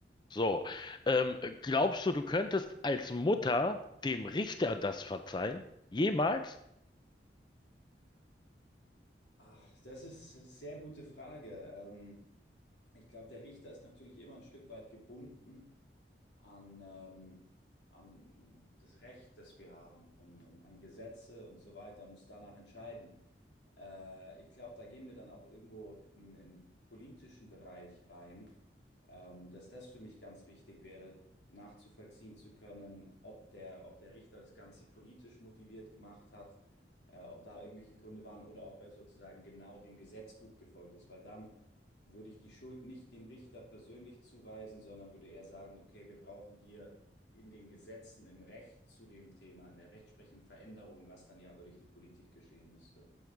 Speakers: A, on the left (about 25°); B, on the left (about 85°).
A: So, ähm, glaubst du, du könntest als Mutter dem Richter das verzeihen? Jemals?
B: Ah, das ist eine sehr gute Frage. Ähm, ich glaube, der Richter ist natürlich immer ein Stück weit gebunden an, ähm, an das Recht, das wir haben und, und an Gesetze und so weiter, muss danach entscheiden. Äh, ich glaube, da gehen wir dann auch irgendwo in, in politischen Bereich rein, ähm, dass das für mich ganz wichtig wäre, nachzuvollziehen zu können, ob der, ob der Richter das Ganze politisch motiviert gemacht hat, äh, ob da irgendwelche Gründe waren oder ob er sozusagen genau dem Gesetzbuch gefolgt ist, weil dann würde ich die Schuld nicht dem Richter persönlich zuweisen, sondern würde eher sagen, okay, wir brauchen hier in den Gesetzen, im Recht zu dem Thema, in der Rechtsprechung Veränderung, was dann ja aber durch die Politik geschehen müsste.